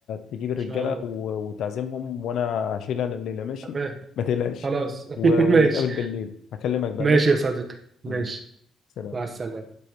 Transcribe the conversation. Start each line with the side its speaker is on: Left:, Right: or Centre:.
Left: تجيب الرجاله
Right: شاء الله
Left: و- وتعزمهم وانا هشيل انا الليله ماشي
Right: تمام
Left: ما تقلقش
Right: خلاص
Left: ونتقابل
Right: <laughs> ماشي
Left: بالليل هكلمك بقى
Right: ماشي
Left: ماشي
Right: يا صديقي ماشي
Left: ماشي. سلام
Right: مع السلامة